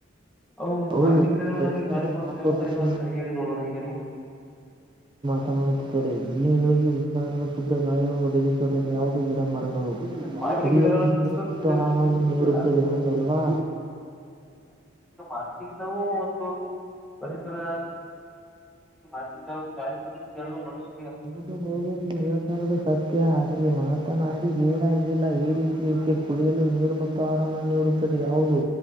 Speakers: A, in the centre; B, on the right.
A: ಅವು
B: ಹೌದು
A: ಮಾವಿನ ಗಿಡಗಳು
B: ಇದು ಪರಿಸರದ
A: ನಮಗೆ ಗಾಳಿ ಕೊಡುತ್ತೆ
B: ಮಹತ್ವ
A: ಯಾವ
B: ಬಗ್ಗೆ
A: ಸರಿ ಹೇಳಿ ನೋಡಣ ಈಗ ನೀವು.
B: ುತ್ತದೆ ಜೀವಿಗಳಿಗೆ ವಿಸ್ರಾರ ಶುದ್ಧ ಗಾಯನ್ನು ಒದಗಿಸುತ್ತದೆ ಯಾವುದೋ ಗಿಡ ಮರ.
A: ಮಾವಿನ
B: ಕುಡಿಯಲು
A: ಗಿಡಗಳನ್ನು
B: ನೀರು
A: ಸರ್
B: ಮತ್ತು
A: ಗಿಡಗಳನ್ನು
B: ಆಹಾರ ನೀಡುತ್ತದೆ
A: ಈಗ
B: ಹೌದಲ್ವಾ.
A: ಹಾ. ಈಗ ನಾವು ಒಂದು. ಪರಿಸರ ಮಾ ಗಾಡಿ ಪ ಮನು. <unintelligible>
B: ಹೌದು ಹೋಗ ನೀವು ಹೇಳ್ತದು ಸತ್ಯ ಆದರೆ ಮಹತ್ನಾಯಕ. ಗೇಡ ಎಂದಿಲ್ಲ ಈ ರೀತಿಯ ಕುಡಿಯಲು ನೀರು ಮತ್ತು ಆಹಾನ ನೀಡುತ್ತದೆ ಯಾವುದು.